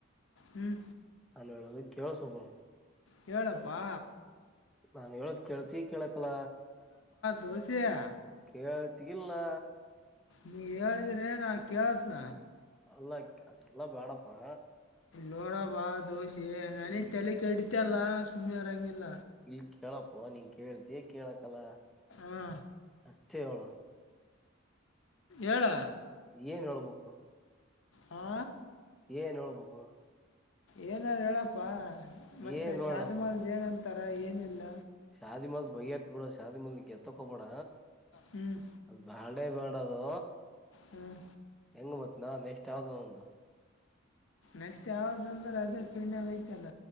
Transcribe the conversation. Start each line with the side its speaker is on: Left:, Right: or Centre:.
Left: ಹ್ಮ್
Centre: ನಾನ ಹೇಳದು ಕೇಳಸೊದು
Left: ಹೇಳಪ್ಪಾ
Centre: ನಾನ್ ಹೇಳದ ಕೇಳ್ತಿ ಕೇಳಕಲ್ಲ
Left: ದೋಸೆಯಾ
Centre: ಕೇಳತಿಲ್ಲ
Left: ನೀ ಹೇಳಿದ್ರೆ ನಾ ಕೇೇಳತ್ನ
Centre: ಅಲ್ಲ ಅದೆಲ್ಲಾ ಬೇಡಪ್ಪಾ
Left: ನೋಡ ಬಾ ದೋಸೆ ನನಗೆ
Centre: ಇಲ್ಲಿ
Left: ತಲಿ ಕಡಿತಲ್ ಸುಮನ್ ಇರಂಗಿಲ
Centre: ಇಲ್ ಕೇಳಪ್ಪ ನೀನ್ ಕೇಳ್ತೀ ಕೇಳಕ್ಲ್ಲ
Left: ಹಾ
Centre: ಅಷ್ಟೇ ಹೇಳು
Left: ಏಳ
Centre: ಏನ್ ಹೇಳಬೇಕು
Left: ಹಾ
Centre: ಏನ್ ಹೇಳಬೇಕು
Left: ಏನಾರ ಹೇಳಪ್ಪಾ ಮತ್ತೆ
Centre: ಏನ್ ಹೇಳಪ್ಪ
Left: ಶಾದಿಮನ್ ಏನ ಅಂತಾರ ಏನಿಲ್ಲ
Centre: ಶಾದಿ ಮಾಲ್ ಬೈ ಇರ್ತ ಬಿಡ ಶಾದಿ ಮಾಲ್ ನಿ ಎತ್ತಕೋಬೇಡ
Left: ಹ್ಮ್
Centre: ಅದ್ ಬಾಳ ಲೇ ಬೇಡದು
Left: ಹ್ಮ್
Centre: ಹೆಂಗ ಮತ್ ನಾ ನೆಕ್ಸ್ಟ್ ಯಾವ್ದ್ ಒಂದು
Left: ನೆಕ್ಸ್ಟ್ ಯಾವ್ದ ಅಂದ್ರೆ ಅದೇ ಪಿಣಾಗಐತಲ್ಲ